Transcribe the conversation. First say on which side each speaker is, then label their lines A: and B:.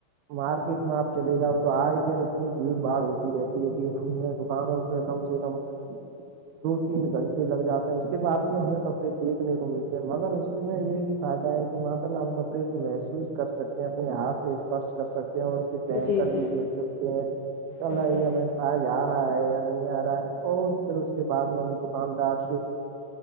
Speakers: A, on the right; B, on the left.
A: مارکیٹ میں آپ چلے جاؤ تو آے دن اتنی بھیڑ بھاڑ ہوتی رہتی ہے کہ ہم نے دکانوں پہ کم سے کم دو تین گھنٹے لگ جاتے ہیں اس کے بعد میں ہمیں کپڑے دیکھنے کو ملتے ہیں مگر اس میں یہ بھی فائدہ ہے کہ ماشاء اللہ ہم کپڑے کو محسوس کر سکتے ہیں اپنے ہاتھ سے اسپرش کر سکتے ہیں اور اسی پہن
B: جی
A: کر
B: جی
A: بھی دیکھ سکتے ہیں چل
B: ہاں
A: یہ
B: ہاں
A: ہمیں ساج آ رہا ہے یا نہیں آ رہا ہے اور پھر اس کے بعد میں ہم دکاندار سے